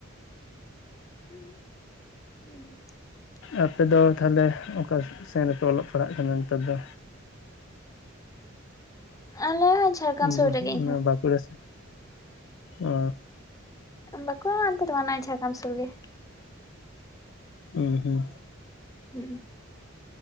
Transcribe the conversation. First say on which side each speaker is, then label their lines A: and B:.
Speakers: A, on the left (about 15°); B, on the left (about 65°).
A: <unintelligible>
B: ᱟᱯᱮ ᱫᱚ ᱛᱟᱦᱚᱞᱮ ᱚᱠᱟ ᱥᱮᱱ ᱨᱮᱯᱮ ᱚᱞᱚᱜ ᱯᱟᱲᱦᱟᱜ ᱠᱟᱱᱟ ᱱᱮᱛᱟᱨ ᱫᱚ?
A: ᱟᱞᱮ <unintelligible> ᱡᱷᱟᱲᱜᱟᱨᱟᱢ
B: ᱚᱱᱟ
A: ᱥᱳᱨ ᱨᱮᱜᱮ ᱤᱧ ᱦᱚᱸ᱾
B: ᱵᱟᱸᱠᱩᱲᱟ ᱥᱮᱱ ᱚ
A: ᱵᱟᱺᱠᱩᱲᱟ ᱚᱱᱛᱮ ᱫᱚ ᱵᱟᱝ ᱚᱱᱮ ᱡᱷᱟᱲᱜᱨᱟᱢ ᱥᱳᱨ ᱜᱮ᱾
B: ᱦᱩᱸ ᱦᱩᱸ
A: ᱦᱩᱸ